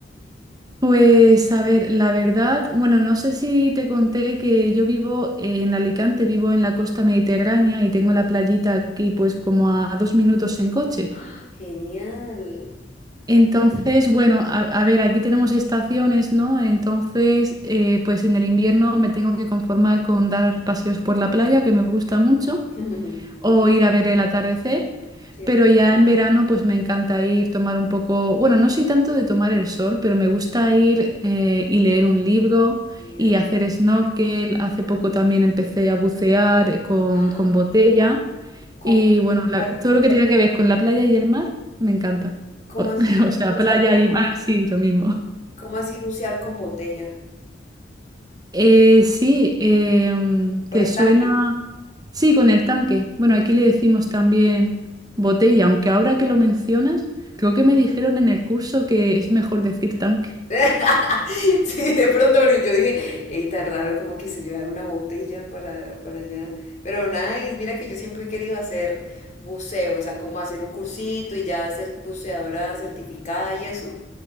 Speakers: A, on the right (about 20°); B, on the left (about 40°).
A: Pues a ver, la verdad, bueno, no sé si te conté que yo vivo en Alicante, vivo en la costa mediterránea y tengo la playita aquí pues como a dos minutos en coche.
B: ¡Ah, genial!
A: Entonces, bueno, a, a ver, aquí tenemos estaciones, ¿no? Entonces, eh, pues en el invierno me tengo que conformar con dar paseos por la playa, que me gusta mucho
B: <laughs>
A: o ir a ver el atardecer,
B: Qué
A: pero
B: lindo,
A: ya en verano pues me encanta ir, tomar un poco, bueno, no soy tanto de tomar el sol, pero me gusta ir eh, y leer un libro
B: genial.
A: y hacer snorkel. Hace poco también empecé a bucear eh, con,
B: <gasps>
A: con botella
B: ¿Cómo,
A: y bueno, la-
B: cuál-
A: todo lo que tenga que ver con la playa y el mar me encanta.
B: cómo
A: O,
B: así
A: <laughs> o sea,
B: bucear
A: playa
B: con,
A: y mar, sí, lo mismo.
B: cómo así bucear con botella?
A: Eh, sí, em, ¿te
B: ¿Con el
A: suena?
B: tanque?
A: Sí, con el tanque. Bueno, aquí le decimos también botella, aunque ahora que lo mencionas, creo que me dijeron en el curso que es mejor decir tanque.
B: <laughs> Sí, de pronto, porque yo dije, ey, tan raro como que se llevar una botella para, para allá. Pero nada, y mira que yo siempre he querido hacer buceo, o sea, como hacer un cursito y ya ser buceadora certificada y eso.